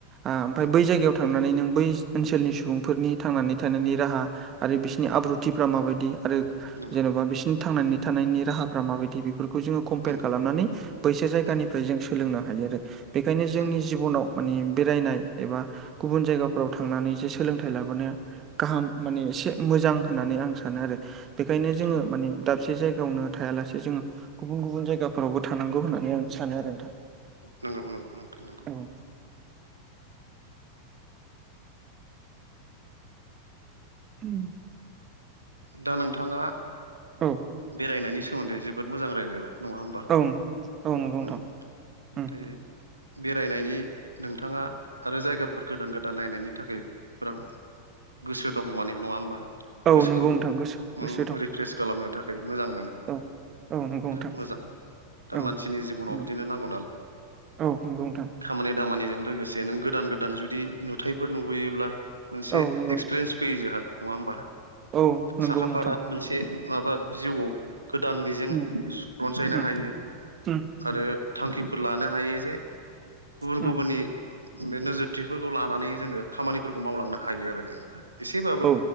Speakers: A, on the right; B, on the right.
A: ओमफ्राय
B: नंगौ
A: बै जायगायाव थां नानै नों बै ओनसोलनि सुबुंफोरनि थांनानै थानायनि राहा आरो बिसोरनि आब्रुथिफ्रा माबायदि आरो
B: नंगौ
A: जेन'बा बिसिनि थांनानै थानायनि राहाफ्रा माबायदि बेफोरखौ जोङो कम्पेयार
B: नंगौ
A: खालामनानै बैसो जायगानिफ्राय
B: उम,
A: जों सोलोंनो हायो आरो बेखायनो जोंनि
B: नंगौ
A: जिबनाव माने बेरायनाय एबा गुबुन जायगाफोराव थांनानै जे सोलोंथाइ लाबोनाया गाहाम माने एसे मोजां होननानै आं सानो आरो बेखायनो जोङो
B: नंगौ
A: माने दाबसे जायगायावनो थायालासे जोङो गुबुन गुबुन जायगाफोरावबो थानांगौ होननानै नै आं सानो आरो नोंथां।
B: नंगौ नंगौ नोंथां नंगौ।
A: औ उम।
B: दा नोंथाङा।
A: औ
B: बेरायनायनि सोमोन्दै जोबोद मोजां रायलायबाय नङा होमबा
A: औ औ नंगौ नोंथां
B: ओमफ्राय
A: उम
B: बेरायनायनि नोंथाङा आरो जायगाफोर गोदान गोदान नायनायनि थाखाय फोरां गोसो दं माने नङा होमबा?
A: औ
B: गोसोखौ
A: नोंगौ नोंथां गोसो गोसो
B: उम
A: दं
B: रिफ्रेस खालामनो थाखाय मोजां मोनो।
A: औ औ नंगौ नोंथां
B: खोब मोजां दा
A: औ
B: मानसिनि जिबनाव
A: उम
B: बिदिनो नांगौ नालाय।
A: औ नंगौ नोंथां।
B: खामानि दामानिजों लोगोसे नों गोदान गोदान जुदि नुथायफोर नुबोयोब्ला मोनसे
A: औ नंगौ
B: एक्सपिरियेन्स फैयो जोंहा नङा होमबा
A: औ नंगौ
B: साखाफारा
A: नोंथां
B: मोनसे माबा जिउआव गोदान मिजिं
A: उम
B: रनसायनो
A: उम
B: हायो।
A: उम
B: आरो थांखिफोर लानो हायो जे गुबुन
A: उम
B: गुबुननि बे नोजोरथिफोरखौ लानानै जोङो खामानिफोरखौ मावलांनो हायो आरो जेनेबा एसेबाबो
A: औ